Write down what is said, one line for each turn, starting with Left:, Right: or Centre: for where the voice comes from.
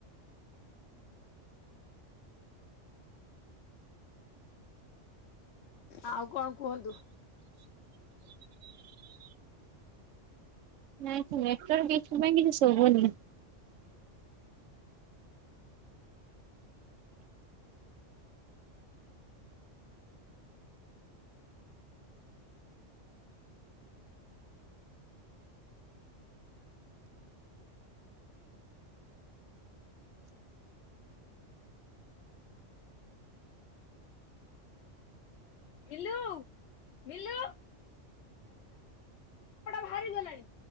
Left: ଆଉ କଣ କୁହନ୍ତୁ।
Right: ନାଇଁ ନେଟୱାର ଇସୁ ପାଇଁ କିଛି ଶବୁନି।
Left: ମିିଲୁ ମିିଲୁ ବାହାରି ଗଲାଣି।